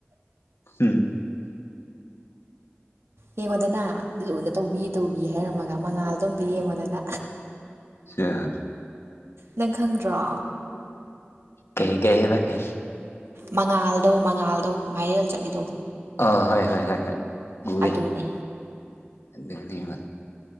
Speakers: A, on the left; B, on the right.
A: ꯎꯝ
B: ꯌꯦꯡꯉꯣꯗꯅ ꯂꯨꯅ ꯇꯧꯕꯤ ꯇꯧꯕꯤ ꯍꯥꯏꯔꯝꯃꯒ ꯃꯉꯥꯜꯗꯣ ꯑꯝꯇ ꯌꯦꯡꯉꯣꯗꯅ
A: ꯁꯤꯌꯥ
B: ꯅꯪ ꯈꯪꯗ꯭ꯔꯣ
A: ꯀꯩ ꯀꯩ ꯍꯥꯏꯕ ꯀꯩ
B: ꯃꯉꯥꯜꯗꯣ ꯃꯉꯥꯜꯗꯣ ꯚꯥꯏꯔꯦꯜ ꯆꯠꯂꯤꯗꯣ
A: ꯑꯥ ꯍꯣꯏ ꯍꯣꯏ ꯍꯣꯏ ꯍꯣꯏ ꯎꯋꯦ
B: ꯑꯗꯨꯅꯦ
A: ꯑꯗꯨꯅꯤꯕ